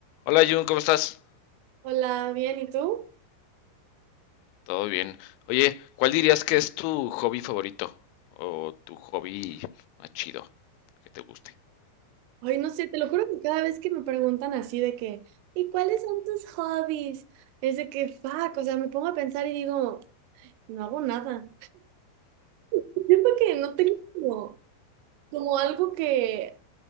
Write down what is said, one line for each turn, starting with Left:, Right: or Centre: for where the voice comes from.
Left: Hola Jun, ¿cómo estás?
Right: Hola, bien, ¿y tú?
Left: Todo bien. Oye, ¿cuál dirías que es tu hobby favorito? O tu hobby más chido, que te guste.
Right: Ay, no sé, te lo juro que cada vez que me preguntan así de que, ¿y cuáles son tus hobbies? Es de que, fuck, o sea, me pongo a pensar y digo, no hago nada. <laughs> Siento que no tengo como, como algo que,